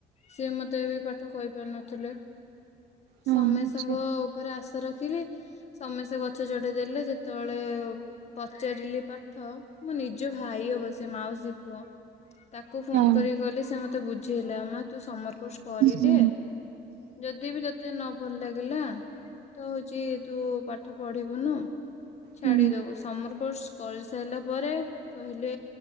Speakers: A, on the left; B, on the right.
A: ସିଏ ମତେ ଏବେ ପାଠ କହିପାରୁ ନଥିଲେ।
B: ହଁ
A: ସମୟ
B: ଆଚ୍ଛା
A: ସଙ୍ଗ ଉପରେ ଆଶା ରଖିଲି, ସମସ୍ତେ ଗଛ ଚଢେଇ ଦେଲେ ଯେତେବେଳେ ପଚାରିଲି ପାଠ ମୋ ନିଜ ଭାଇ ହବ ସେ ମାଉସୀ ପୁଅ। ତାକୁ ଫୋନ
B: ହଁ
A: କରିକି କହିଲେ, ସେ ମତେ ବୁଝେଇଲା ତୁ ସମରକୋର୍ସ କରିଦେ।
B: ହୁଁ
A: ଯଦି ବି ତତେ ନ ଭଲ ଲାଗିଲା, ତ ହଉଛି ତୁ ପାଠ ପଢିବୁନୁ। ଛାଡିଦବୁ।
B: ହୁଁ
A: ସମର କୋର୍ସ କରି ସାରିଲା ପରେ କହିଲେ